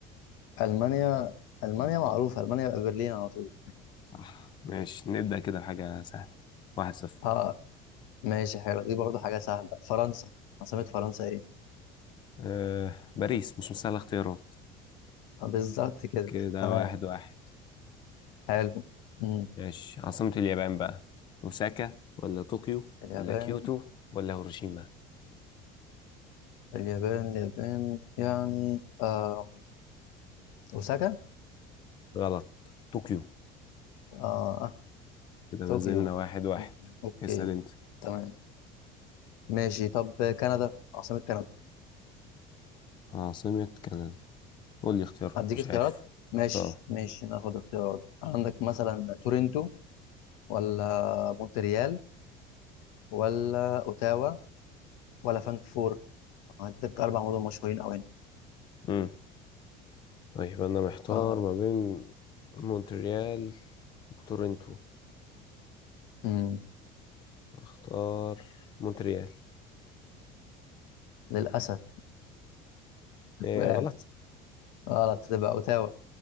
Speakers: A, on the left (about 85°); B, on the left (about 30°).
A: المانيا المانيا
B: مم،
A: معروفه المانيا يبقى برلين على طول
B: صح ماشي نبدأ كده حاجة سهلة واحد صفر
A: اه ماشي حلو دي برضه حاجه سهله فرنسا عاصمه فرنسا ايه
B: آه، باريس مش مسألة اختيارات
A: آه، بالظبط كده
B: كده
A: تمام
B: واحد واحد
A: حلو مم.
B: ماشي عاصمة اليابان بقى أوساكا ولا طوكيو
A: اليابان
B: ولا كيوتو ولا هيروشيما
A: اليابان اليابان يعني آه. اوساكا
B: غلط طوكيو
A: اه آه،
B: كده
A: طوكيو
B: ما زلنا واحد واحد
A: مم. اوكي
B: اسأل انت
A: تمام ماشي طب كندا عاصمه كندا
B: عاصمة كندا قول لي اختيارات
A: هديك
B: مش
A: اختيارات
B: عارف
A: مم. ماشي
B: اه
A: ماشي ناخد اختيارات عندك مثلا تورنتو ولا مونتريال ولا اوتاوا ولا فانكفور هديتك اربع مدن مشهورين قوي هنا
B: امم طيب أنا محتار
A: ف...
B: ما بين مونتريال وتورنتو
A: مم.
B: اختار مونتريال
A: للاسف
B: ايه
A: وقعت
B: غلط
A: غلط تبقى اوتاوا